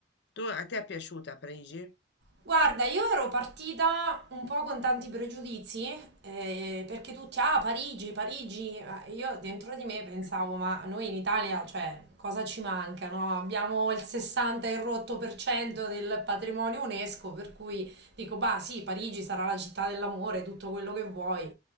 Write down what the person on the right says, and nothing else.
Guarda, io ero partita un po' con tanti pregiudizi, eh, perché tutti, ah, Parigi, Parigi, Eh, io dentro di me pensavo,
ma noi in Italia, cioè, cosa ci manca, no? Abbiamo il 60 e rotto per cento del patrimonio UNESCO, per cui dico, bah, sì, Parigi sarà la città dell'amore, tutto quello che vuoi,